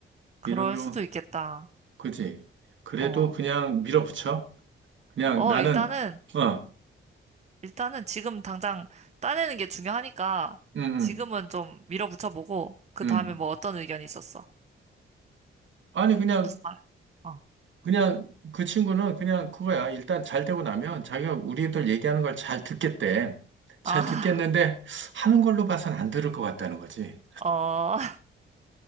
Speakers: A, on the right; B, on the right.
A: 그럴
B: 이런 경우
A: 수도 있겠다.
B: 그지? 그래도
A: 어,
B: 그냥 밀어붙여? 그냥
A: 어,
B: 나는,
A: 일단은,
B: 어,
A: 일단은 지금 당장 따내는 게 중요하니까
B: 음, 음,
A: 지금은 좀 밀어붙여보고 그
B: 음.
A: 다음에 뭐 어떤 의견이 있었어?
B: 아니, 그냥,
A: 무슨 말? 어,
B: 그냥 그 친구는 그냥 그거야. 일단 잘 되고 나면 자기가 우리들 얘기하는 걸 잘 듣겠대. 잘
A: 아,
B: 듣겠는데 하는 걸로 봐선 안 들을 것 같다는 거지.
A: <laughs> 어.